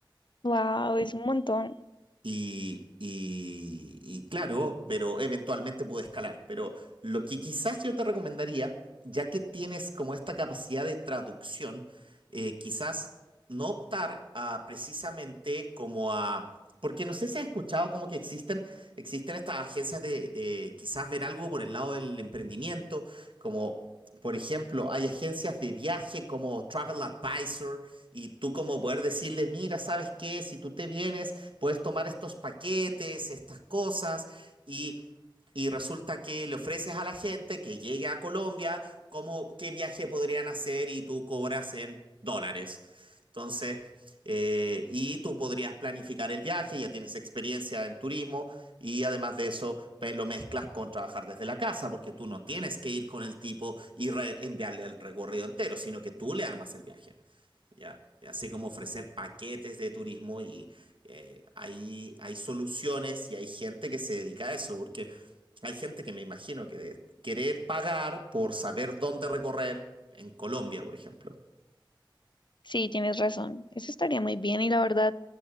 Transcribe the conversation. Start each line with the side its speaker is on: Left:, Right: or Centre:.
Left: wow, es un montón.
Right: Y, y- y claro, pero eventualmente pude escalar. Pero lo que quizás yo te recomendaría, ya que tienes como esta capacidad de traducción, eh, quizás no optar a precisamente como a... Porque no sé si has escuchado como que existen, existen estas agencias de, de quizás ver algo por el lado del emprendimiento, como por ejemplo, hay agencias de viaje como Travel Advisor y tú como poder decirle, mira, ¿sabes qué? Si tú te vienes, puedes tomar estos paquetes, estas cosas y, y resulta que le ofreces a la gente que llegue a Colombia cómo, qué viaje podrían hacer y tú cobras en dólares. Entonces... Eh, y tú podrías planificar el viaje, ya tienes experiencia en turismo y además de eso pues, lo mezclas con trabajar desde la casa, porque tú no tienes que ir con el tipo y re- enviarle el recorrido entero, sino que tú le armas el viaje, ¿ya? Y así como ofrecer paquetes de turismo y eh, hay, hay soluciones y hay gente que se dedica a eso, porque hay gente que me imagino que de querer pagar por saber dónde recorrer en Colombia, por ejemplo.
Left: Sí, tienes razón. Eso estaría muy bien y la verdad